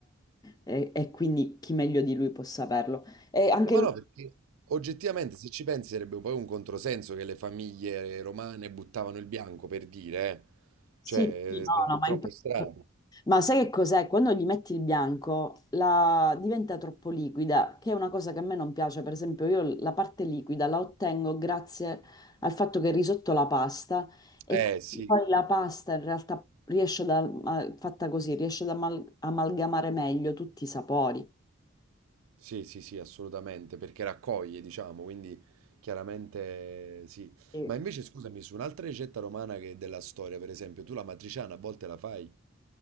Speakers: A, on the left; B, on the right.
A: eh, e, e quindi chi meglio di lui può saperlo. E anche
B: ma
A: lui...
B: no, perché oggettivamente se ci pensi sarebbe poi un controsenso che le famiglie romane buttavano il bianco per dire, eh.
A: Sì,
B: Cioè,
A: sì, no,
B: è
A: no, ma
B: troppo
A: infatti...
B: strano.
A: Ma sai che cos'è? Quando gli metti il bianco la- diventa troppo liquida, che è una cosa che a me non piace. Per esempio, io la parte liquida la ottengo grazie al fatto che risotto la pasta e
B: Eh sì,
A: poi la pasta in realtà riesce da, a- fatta così, riesce ad amal- amalgamare meglio tutti i sapori.
B: Sì, sì, sì, assolutamente, perché raccoglie, diciamo, quindi chiaramente sì.
A: Sì.
B: Ma invece scusami, su un'altra ricetta romana che è della storia, per esempio, tu la matriciana a volte la fai?